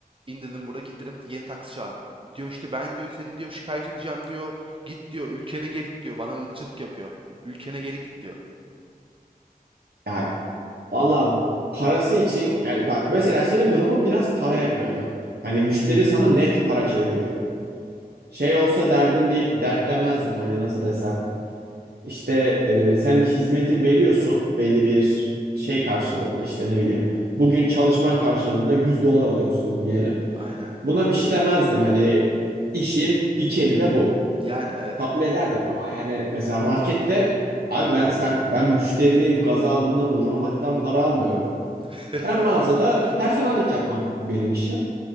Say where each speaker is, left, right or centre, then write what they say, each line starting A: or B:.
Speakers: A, on the right (about 35°); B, on the right (about 85°).
A: İn dedim burada git dedim yeni taksi çağır. Diyor işte ben diyor seni diyor şikayet edeceğim diyor. Git diyor ülkene geri git diyor bana ırkçılık yapıyor. Ülkene geri git diyor.
B: Ya valla parası için yani bak mesela senin durumun biraz paraya kayıyor. Hani müşteri sana net para çeviriyor. Şey olsa derdinde dert demezdim hani nasıl desem. İşte e, sen hizmeti veriyorsun belli bir şey karşılığında işte ne bileyim. Bugün çalışman karşılığında 100 dolar alıyorsun diyelim.
A: Aynen.
B: Buna bir şey demezdim hani işin dikeni de bu.
A: Yani evet.
B: Kabul ederdim ama yani mesela markette abi ben sen, ben müşterinin gazabına uğramaktan para almıyorum.
A: <laughs>
B: Ben mağazada personellik yapmak benim işim.